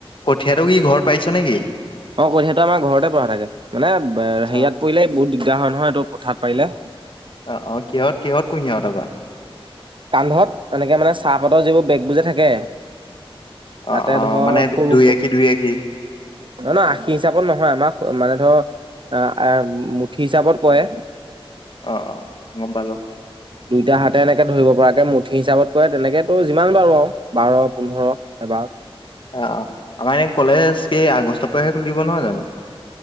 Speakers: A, on the left (about 55°); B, on the right (about 55°).
A: কঠিয়া ৰোই ঘৰ পাইছ নেকি
B: অ কঠিয়াটো আমাৰ ঘৰতে পৰা থাকে মানে বেৰিয়াত
A: অ
B: পৰিলে বহুত দিগদাৰ হয় নহয় এইটো পথাৰত পাৰিলে
A: আহ অ কিহত কিহঁত কুহি আহঁতকান <unintelligible>
B: কান্ধত এনেকে মানে চাহপাতৰ যিবোৰ বেগবো যে থাকে
A: অ
B: তাতে
A: অ
B: ধৰ
A: মানে
B: সৰু
A: দুই
B: নহ
A: আশী দুই আশী
B: ন আশী হিচাপত নহয় আমাৰ মানে হিচাপ ত কৰে।
A: অ অ গ পালো <unintelligible>
B: দুইটা হাতে এনেকে ধৰিব ৰাকে মুঠি হিচাপত কৰে তেনেকেতো যিমান বাৰো আৰু বাৰ পোন্ধৰ এবাৰ
A: আহ আমাৰ এনে কলেজ কি আগষ্টৰ পৰাহে খুলিব নহয় জানো